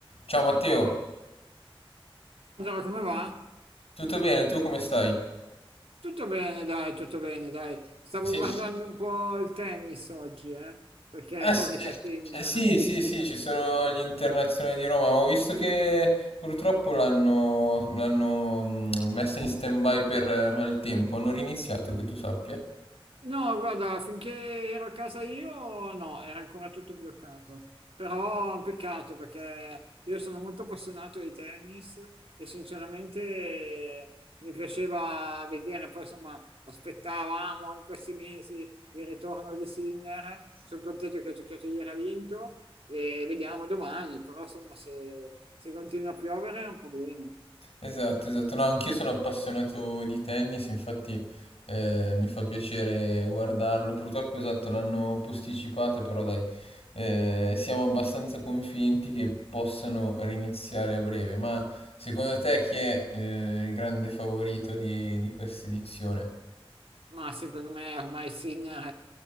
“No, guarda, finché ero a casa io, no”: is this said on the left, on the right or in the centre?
Right